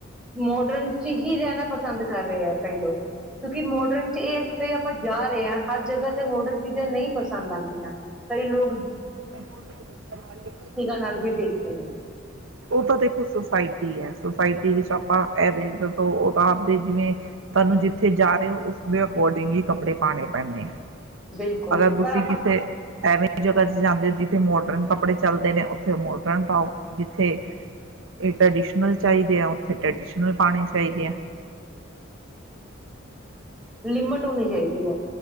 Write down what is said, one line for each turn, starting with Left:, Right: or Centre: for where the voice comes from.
Centre: ਮੋਡਰਨ ਚ ਹੀ ਰੈਣਾ ਪਸੰਦ ਕਰ ਰਏ ਆ ਕਈ ਲੋਕ, ਕਿਉਂਕਿ ਮੋ ਡਰਨ ਚ ਏ ਐ ਕਿ ਕਈ ਆਪਾਂ ਜਾ ਰਏਂ ਆਂ, ਹਰ ਜਗ੍ਹਾ ਤੇ ਮੋਡਰਨ ਚੀਜਾਂ ਨਈ ਪਸੰਦ ਕਈ ਲੋਗ
Right: <unintelligible>
Centre: ਨਾਲ ਵੀ ਦੇਖਦੇ ਨੇ
Right: ਏ ਤਾਂ ਦੇਖੋ ਸੋਸਾਇਟੀ ਐ ਸੋਸਾਇ ਆਪਾਂ ਐਵੇ ਉਹ ਤਾਂ ਆਪਦੇ ਜਿਵੇਂ, ਤੋਨੂੰ ਜਿੱਥੇ ਜਾ ਰਏ ਹੋ ਉਸਦੇ ਅਕੋਡਿੰਗ ਈ ਕੱਪੜੇ ਪਾਣੇ ਪੈਂਦੇ
Centre: ਬਿਲਕੁਲ
Right: ਅਗਰ
Centre: ਵੀ
Right: ਤੁਸੀਂ
Centre: ਪਰ ਆਪਾਂ
Right: ਕਿਤੇ, ਐਵੇਂ ਜਗ੍ਹਾ ਚ ਜਾਂਦੇ ਜਿਥੇ ਮੋਡਰਨ ਕੱਪੜੇ ਚੱਲਦੇ ਨੇ ਓੱਥੇ ਮੋਡਰਨ ਪਾਓ ਜਿੱਥੇ, ਏ ਟ੍ਰੈਡੀਸ਼ਨਲ ਚੱਲਦੇ ਆ ਓਥੇ ਟ੍ਰਡੀਸ਼ਨਲ ਪਾਣੇ ਚਾਈਦੇ ਐ।
Centre: ਲਿਮਿਟ ਹੋਣੀ ਚਾਈਦੀ ਐ,